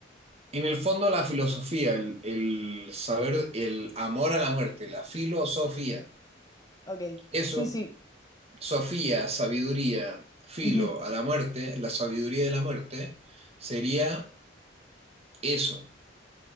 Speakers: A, on the right (about 35°); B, on the left (about 20°).
A: en el fondo, la filosofía, el, el saber, el amor a la muerte, la filosofía.
B: ok,
A: Eso
B: sí, sí,
A: Sofía, sabiduría, filo
B: ujú,
A: a la muerte, la sabiduría de la muerte, sería eso.